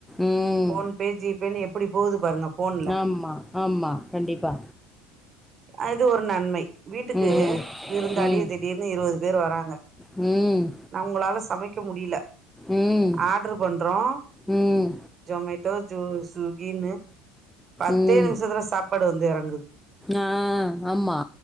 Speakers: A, in the centre; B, on the right.
A: ம்
B: போன் பே ஜி பே‌ ன் எப்டி போது பாருங்க போன்ல
A: ஆமா ஆமா கண்டிப்பா
B: அது ஒரு நன்மை வீட்டுக்கு
A: ம்
B: விருந்தாளியே
A: ம்
B: திடீர்னு இருவது பேர் வராங்க
A: ம்
B: நா ஒங்ளால சமைக்க முடில
A: ம்
B: ஆட்ரு பண்றோ
A: ம்
B: ஜொமேட்டோ ஜூ ஸ்விகின்னு பத்தே
A: ம்
B: நிம்ஷத்துல சாப்பாடு வந்து எறங்குது
A: ஆ ஆமா